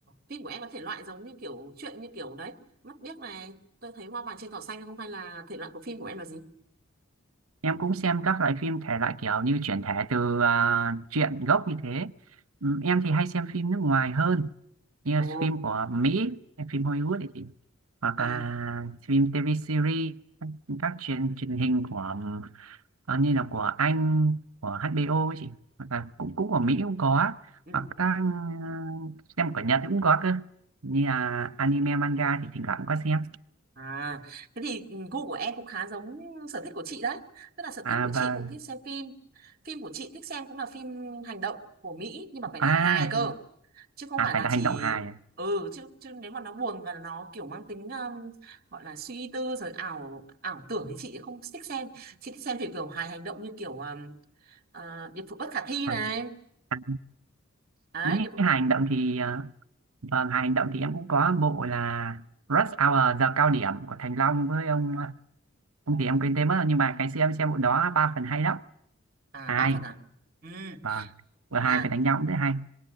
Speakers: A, on the right; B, on the right.
A: phim của em có thể loại giống như kiểu chuyện như kiểu đấy mắt biếc này tôi thấy hoa vàng trên cỏ xanh không hay là thể loại của phim của em là gì
B: em cũng xem các loại phim thể loại kiểu như chuyển thể từ à, truyện gốc như thế Ừ, em thì hay xem phim nước ngoài hơn như
A: ồ
B: phim của Mỹ phim Hollywood ấy chị hoặc
A: à
B: là phim TV series các truyền truyền hình của ờ, như là của Anh của HBO ấy chị hoặc là cũng cũng của Mỹ cũng có
A: ừ.
B: hoặc các ờ, xem của Nhật cũng có cơ như là anime manga thì thỉnh thoảng cũng có xem
A: À, thế thì ừ, gu của em cũng khá giống sở thích của chị đấy. Tức là sở
B: à
A: thích của
B: và
A: chị cũng thích xem phim. Phim của chị thích xem cũng là phim hành động của Mỹ nhưng mà phải
B: à,
A: là hài cơ. Chứ không
B: à
A: phải
B: phải
A: là
B: là
A: chỉ
B: hành động hài à,
A: ừ chứ chứ nếu mà nó buồn và nó kiểu mang tính um, gọi là suy tư rồi ảo ảo tưởng thì chị không thích xem. Chị thích xem kiểu kiểu hài hành động như kiểu um, à, điệp vụ bất khả thi
B: à,
A: này.
B: à.
A: Đấy,
B: nếu như
A: điệp vụ à,
B: hài hành động thì ờ, vâng hài hành động thì em cũng có bộ là Rush Hour giờ cao điểm của Thành Long với ông à, ông thì em quên tên mất rồi nhưng mà cái xem em xem bộ đó ba phần hay lắm
A: à
B: hay
A: ba phần à. Ừ,
B: vâng vừa
A: nha
B: hai phải đánh nhau cũng rất hay